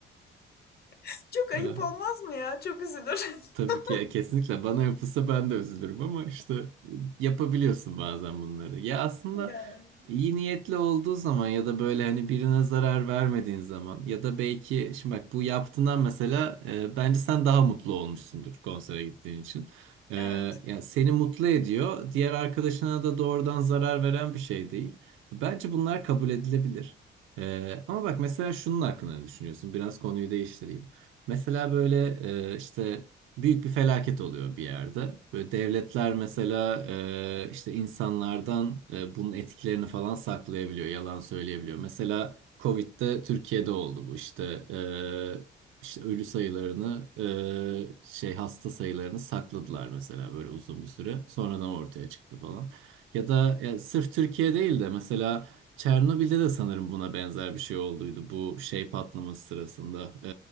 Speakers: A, on the left; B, on the right.
A: <laughs> çok ayıp
B: mi?
A: olmaz
B: <laughs>
A: mı ya? Çok üzülür.
B: Tabii
A: <laughs>
B: ki e, kesinlikle bana yapılsa ben de üzülürüm ama işte e, yapabiliyorsun bazen bunları. Ya aslında
A: Ya.
B: iyi niyetli olduğu zaman ya da böyle hani birine zarar vermediğin zaman ya da belki şimdi bak bu yaptığından mesela e, bence sen daha mutlu olmuşsundur konsere gittiğin için. E,
A: Evet.
B: yani seni mutlu ediyor. Diğer arkadaşına da doğrudan zarar veren bir şey değil. Bence bunlar kabul edilebilir. E, ama
A: Hı hı.
B: bak mesela şunun hakkında ne düşünüyorsun? Biraz konuyu değiştireyim. Mesela böyle e, işte büyük bir felaket oluyor bir yerde. Böyle devletler mesela e, işte insanlardan e, bunun etkilerini falan saklayabiliyor, yalan söyleyebiliyor. Mesela Covid'de Türkiye'de oldu bu işte e, işte ölü sayılarını e, şey hasta sayılarını sakladılar mesela böyle uzun bir süre. Sonradan ortaya çıktı falan. Ya da ya sırf Türkiye değil de mesela Çernobil'de de sanırım buna benzer bir şey olduydu. Bu şey patlaması sırasında, e,